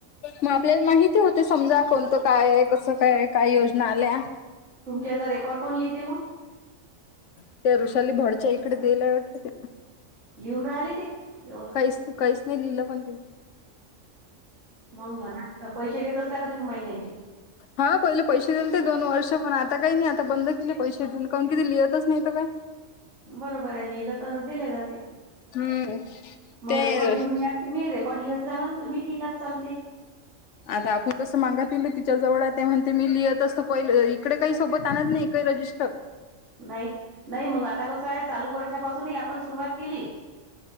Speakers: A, on the left; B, on the right.
A: मग आपल्याला माहिती होते समजा कोणतं काय आहे कसं काय आहे काय योजना आल्या.
B: तुमच्याचा इथे रेकॉर्ड कोण लिहते मग?
A: त्या ऋषाली भडच्या इकडे दियले वाटतं ते.
B: लिहून राहिली ती. व्यवस्थित.
A: काहीच काहीच नाही लिहिलं पण ती.
B: मग म्हणा पैशे देत असता का तुम्ही महिन्याचे?
A: हा पहिले पैशे दिलेते दोन वर्ष पण आता काही नाही आता बंद केले पैशे देऊन कारण की ती लिहतच नाही तर काय.
B: बरोबर आहे लिहिलं तर देलं जात ते
A: हम्म
B: मग
A: ते
B: रेकॉर्ड घेऊन घ्या. तुमहीे रेकॉर्ड लिहत जा म्मग तुम्ही ही लहिलात चालते.
A: आता आपण कसं मांगातीले तिच्या जवळ आहे ते म्हणते मी लिहत असतो पहिले इकडे काही सोबत आणत नाही काही रजिस् चं
B: नाही नाही मग आता कसं आहे चालू वर्षापासूनही आपण सुरुवात केली